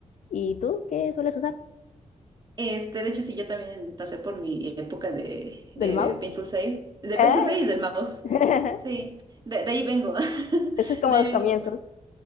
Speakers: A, on the left; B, on the right.
A: ¿Y tú qué sueles usar?
B: Este, de hecho, sí, yo también pasé por mi época de
A: ¿Del
B: eh,
A: mouse?
B: Paint Tool 6, de
A: ¿Eh?
B: Paint Tool 6 y del mouse.
A: <laughs>
B: Sí, de, de ahí vengo. <laughs>
A: Eso es como
B: De ahí
A: los
B: vengo.
A: comienzos.
B: pues.